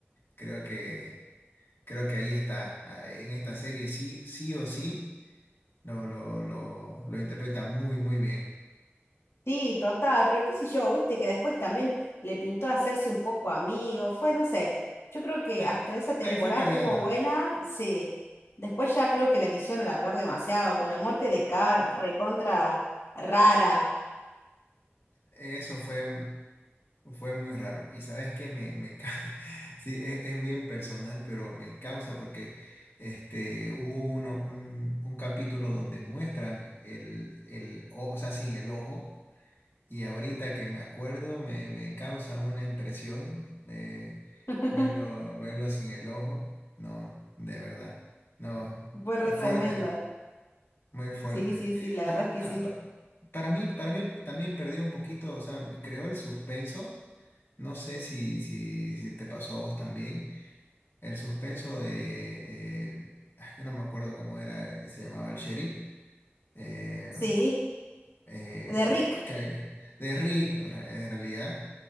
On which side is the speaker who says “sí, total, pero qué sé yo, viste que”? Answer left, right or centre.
Left